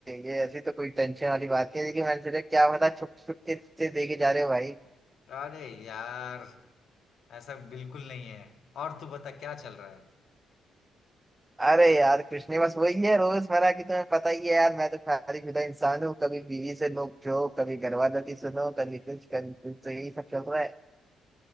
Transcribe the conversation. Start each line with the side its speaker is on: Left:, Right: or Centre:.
Right: ये ऐसी तो कोई टेंशन वाली बात नहीं है लेकिन मैंने सोचा क्या पता छुप छुप के से देके जा रहे हो भाई
Left: अरे यार ऐसा बिल्कुल नहीं है और तू बता क्या चल रहा है
Right: अरे यार कुछ नहीं बस वही है रोजमर्रा की तुम्हें पता ही है यार मैं तो शादी शुदा इंसान हूँ कभी बीवी से नोक झोंक, कभी घर वालों की सुनो कभी कुछ कभी कुछ तो यही सब चल रहा है